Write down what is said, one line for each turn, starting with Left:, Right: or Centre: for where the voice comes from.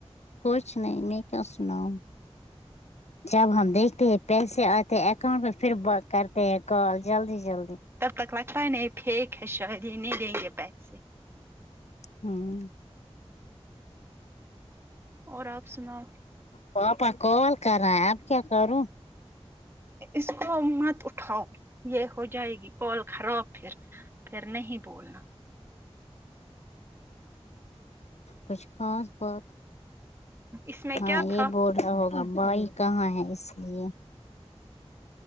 Left: کچھ نہیں میں کیا سناؤں جب ہم دیکھتے ہیں پیسے آتے اکاؤنٹ پ پھر کرتے ہیں کال جلدی جلدی
Right: تب تک لگتا ہی نہیں پھینیک ہے شید نہیں دیں گے پیسے
Left: ہاں
Right: اور آپ سناو
Left: پاپا کال کر رہا ہے اب کیا کروں
Right: اس کو مت اٹھاؤ یہ ہو جائے گی کال خراب پھر پھر نہیں بولنا
Left: کچھ خاص بات
Right: اس میں
Left: ہاں
Right: کیا تھا
Left: یہ بول رہاہوگا بھائی کہاں ہے اس لیے